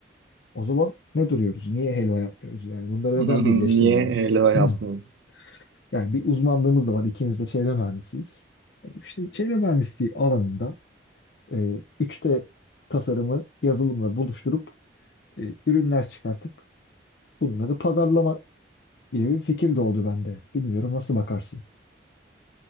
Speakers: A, on the left; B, on the right.
A: O zaman ne duruyoruz? Niye helva yapmıyoruz? Yani bunları
B: Hı
A: neden
B: hı,
A: birleştirmiyoruz?
B: Niye helva yapmıyoruz?
A: <clears throat> Yani bir uzmanlığımız da var. İkimiz de çevre mühendisiyiz. E, İşte çevre mühendisliği alanında e, 3D tasarımı yazılımla buluşturup e, ürünler çıkartıp Bunları pazarlama gibi bir fikir doğdu bende. Bilmiyorum nasıl bakarsın.